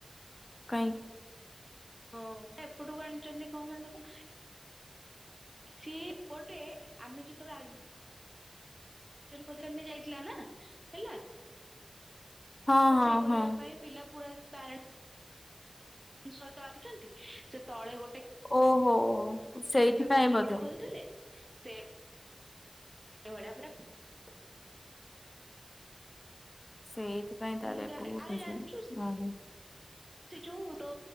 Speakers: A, on the left; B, on the right.
A: କଙ୍କ <unintelligible>
B: ହଁ ଏପଟୁ ଆଣିଛନ୍ତି କଣ ପାଇଁ କହିଲ? ସେପଟେ ଆମେ ଯେ ତଳେ ଆ କରି ଯାଇଥିଲା ନା, ହେଲା
A: ହଁ
B: ତ
A: ହଁ
B: ସେ କରିବା
A: ହଁ
B: ପାଇଁ ପିଲା ପୁରା ପ୍ୟାରେଣ୍ଟ ସହିତ ଆସିିଛନ୍ତି, ସେ ତଳେ ଗୋଟେ
A: ଓହୋ ସେଇଥିପାଇଁ
B: କ୍ୟାଫେ କ ଯେମିତି
A: ବୋଧେ
B: ଖୋୋଲିଥିଲେ ସେ କେ ହଳିଆ ପ୍ରରାଖ <unintelligible>
A: ସେଇଥିପାଇଁ ତାହେଲେ,
B: ମୁଁ
A: ଏପଟୁ ଉଠେଇଛ,
B: ଆରେ ଜାଣିଛୁ
A: ଓହୋ
B: ସେ ଯୋଉ